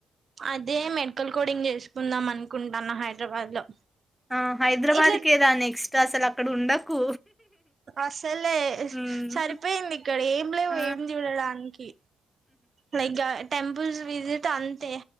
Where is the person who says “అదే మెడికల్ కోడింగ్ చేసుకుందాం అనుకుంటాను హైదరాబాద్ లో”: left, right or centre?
Right